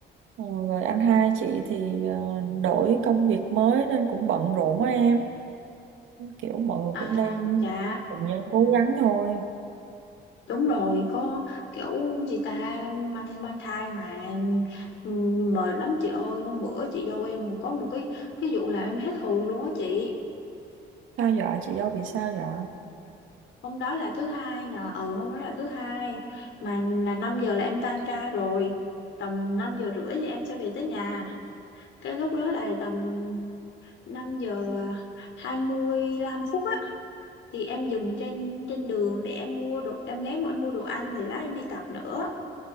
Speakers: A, on the right; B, on the left.
A: ờ, rồi anh hai chị thì ờ, đổi công việc mới nên cũng bận rộn quá em. Kiểu mọi người
B: à
A: cũng đang
B: dạ
A: cùng nhau cố gắng thôi.
B: đúng rồi có kiểu gì ta mang mang thai mà ừm, mệt lắm chị ơi hôm bữa chị dâu em có một cái cái vụ làm em hết hồn luôn á chị
A: Sao vậy chị dâu bị sao vậy?
B: hôm đó là thứ hai nhờ ừ hôm đó là thứ hai mà là 5 giờ là em tan ca rồi tầm 5 giờ rưỡi thì em sẽ về tới nhà cái lúc đó là tầm 5 giờ 25 phút á thì em dừng trên trên đường để em mua đồ em ghé em mua đồ ăn thì lát em đi tập nữa